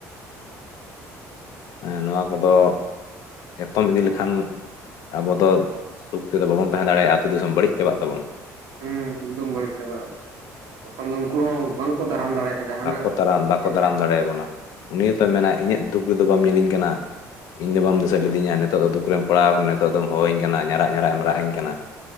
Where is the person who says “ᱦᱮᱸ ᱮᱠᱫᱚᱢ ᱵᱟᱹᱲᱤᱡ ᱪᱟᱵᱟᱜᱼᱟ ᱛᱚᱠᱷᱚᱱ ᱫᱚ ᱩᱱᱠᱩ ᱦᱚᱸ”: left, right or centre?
Right